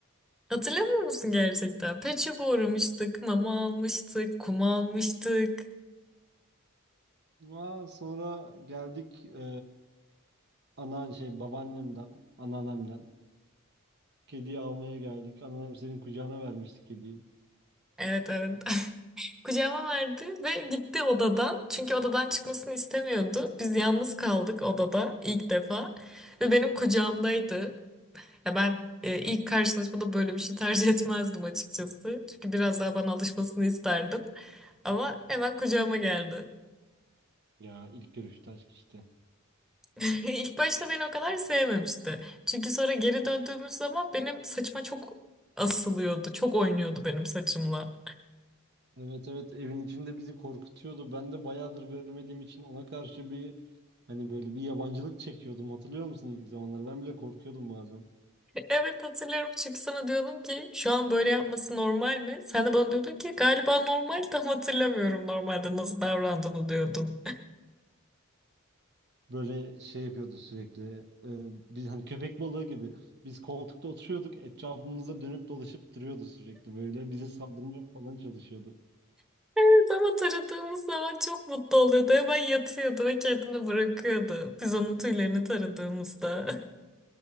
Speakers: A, in the centre; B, on the right.
A: Hatırlamıyor musun gerçekten? Pet shop'a uğramıştık, mama almıştık, kum almıştık.
B: Aa sonra geldik e, ana şey babaannemden, anneannemden. Kediyi almaya geldik. Anneannem senin kucağına vermişti kediyi.
A: Evet evet. <laughs> Kucağıma verdi ve gitti odadan. Çünkü odadan çıkmasını istemiyordu. Biz yalnız kaldık odada ilk defa. Ve benim kucağımdaydı. Ya ben e, ilk karşılaşmada böyle bir şey tercih etmezdim açıkçası. Çünkü biraz daha bana alışmasını isterdim. Ama hemen kucağıma geldi.
B: Ya ilk görüşte aşk işte.
A: <laughs> İlk başta beni o kadar sevmemişti. Çünkü sonra geri döndüğümüz zaman benim saçıma çok asılıyordu. Çok oynuyordu benim saçımla.
B: Evet evet evin içinde bizi korkutuyordu. Ben de bayağıdır görmediğim için ona karşı bir hani böyle bir yabancılık çekiyordum. Hatırlıyor musun ilk zamanlar? Ben bile korkuyordum bazen.
A: Evet hatırlıyorum çünkü sana diyordum ki şu an böyle yapması normal mi? Sen de bana diyordun ki galiba normal <laughs> tam hatırlamıyorum normalde nasıl davrandığını diyordun.
B: Böyle şey yapıyordu sürekli. e, biz hani köpek balığı gibi. Biz koltukta oturuyorduk. Etrafımıza dönüp dolaşıp duruyordu sürekli böyle. Bize saldırmaya falan çalışıyordu.
A: Evet ama taradığımız zaman çok mutlu oluyordu. Hemen yatıyordu ve kendini bırakıyordu. Biz onun tüylerini taradığımızda. <laughs>